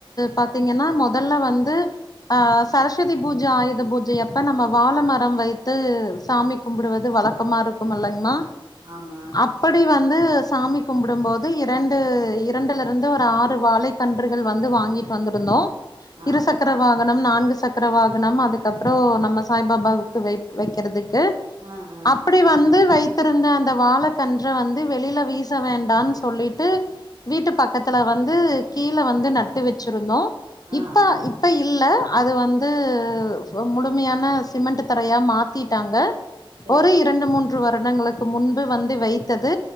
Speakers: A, on the left; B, on the right.
A: பாத்தீங்கன்னா மொதல்ல வந்து ஆ சரஸ்வதி பூஜ ஆயுத பூஜையப்ப நம்ம வாழ மரம் வைத்து சாமிக் கும்புடுவது வழக்கமா இருக் கும்ல்லங்மா
B: ஆமா
A: அப்படி வந்து சாமி கும்புடும்போது இரண்டு இருந்து ஒரு ஆறு வாழைக்கன்றுகள் வந்து வாங்கிட் வந்திருந்தோ
B: ஆ
A: இருசக்கர வாகனம் நான்கு சக்கர வாகனம் அதுக்கப்புறோ நம்ம சாய்பாபாவுக்கு வை வெக்கிறதுக்கு
B: ஆ ஆ
A: அப்ப படி வந்து வைத்திருந்த அந்த வாழக்கன்ற வந்து வெளியில வீச வேண்டான் சொல்லிட்டு வீட்டு பக்கத்தல வந்து கீழ வந்து நட்டு வெச்சிருந்தோ
B: ஆ
A: இப்ப
B: ஆ
A: இ ப்ப இல்ல அது வந்து முழுமையான சிமெண்ட் தரையா மாத் திட்டாங்க
B: சேரி
A: ஒரு
B: சேரி
A: இரண்டு மூன்று வருடங்களுக்கு முன்பு வந்து வைத்தது